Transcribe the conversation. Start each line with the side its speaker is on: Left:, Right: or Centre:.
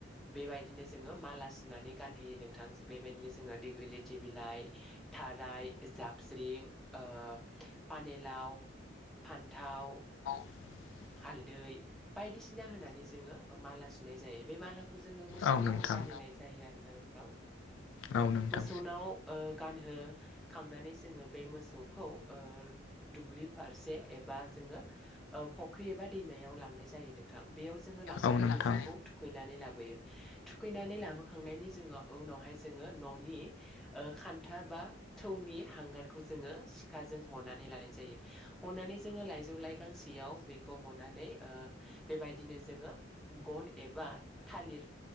Centre: बेबायदिनो जोङो माला सुना नानै गानहोयो नोंथां बेबायदिनो जोङो दिग्लिलिथि बिलाइ थाराय जाबस्रिं ओ पानिलाव फान्थाव
Left: <inaudible>
Centre: हालदै बायदिसिना होनानै जोङो माला सुनाय जायो बे मालाखौ जोङो मोसौनाव
Left: औ नोंथां औ नोंथां
Centre: गानो होनाय जायो आरोना नोंथां
Left: औ नोंथां औ नोंथां
Centre: मोसौनाव ओ गानहोखांनानै जोङो बे मोसौखौ ओ दुब्लि फारसे एबा जों यो ओ फख ख्रि एबा दैमायाव लांनाय जायो नोंथां बेयाव जोङो लांनानै
Left: औ नोंथां
Centre: मोसौखौ थुखैनानै लाबोयो थुखैनानै सुनानै लाबोखांनायनि जोङा उनावहाय जोंङो न'नि ओ खानथाब बा थौनि हांगारखौ जोङो सिखाजों हनानै लानाय जायो हनानै जोङो लायजौ लाइ लाइ गांसेयाव बे खौ हनानै ओ बेबायदिनो जोङो गन एबा थालिर